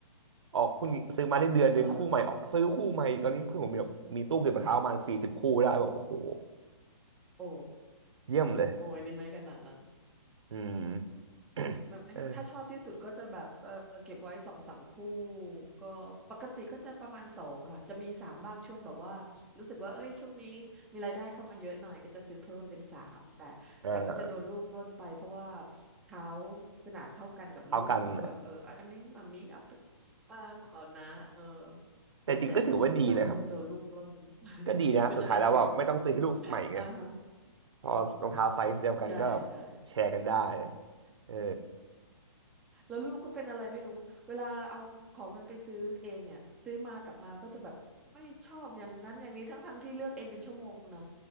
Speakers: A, on the right (about 65°); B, in the centre.
A: ออกคู่นี้ซื้อมาได้เดือนหนึ่งคู่ใหม่ออกซื้อคู่ใหม่ตอนนี้เพื่อนผมมีแบบมีตู้เก็บรองเท้าประมาณสี่สิบคู่ได้แบบโอ้โห
B: อ่าฮะโอ้
A: เยี่ยมเลย
B: โอ้ยนี่ไม่ขนาดนั้น
A: อืม <coughs>
B: ไม่ถ้าชอบที่สุดก็จะแบบเออเก็บไว้สองสามคู่
A: เออ
B: ก็ปกติก็จะประมาณสองค่ะ จะมีสามบ้างช่วงแบบว่า รู้สึกว่าเอ้ยช่วงนี้มีรายได้เข้ามาเยอะหน่อยก็จะซื้อเพิ่มเป็นสามแต่แต่ก็จะโดนลูกปล้นไปเพราะว่า
A: เออ
B: เขาขนาดเท่ากันกับลูกแล้วแบบเอออันนี้มัมมี่เอาไป
A: เอากันนะ
B: เอ่าขอนะเออ
A: แต่จริงก็ถือว่าดีนะครับ
B: ส่วนใหญ่ถ้าซื้อมาก็จะโดนลูกปล้น <laughs>
A: ก็ดีนะสุดท้ายแล้วแบบไม่ต้องซื้อให้ลูกใหม่ไง
B: ก็จะได้ซื้อมาอ่าฮะ
A: พอรองเท้าไซส์เดียวกันก็
B: ใช่ใช่
A: แชร์กันได้เออ
B: แล้วลูกก็เป็นอะไรไม่รู้ เวลาเอาขอเงินไปซื้อเองเนี่ยซื้อมากลับมาก็จะแบบไม่ชอบอย่างนั้นอย่างนี้ทั้งทั้งที่เลือกเองเป็นชั่วโมงนะ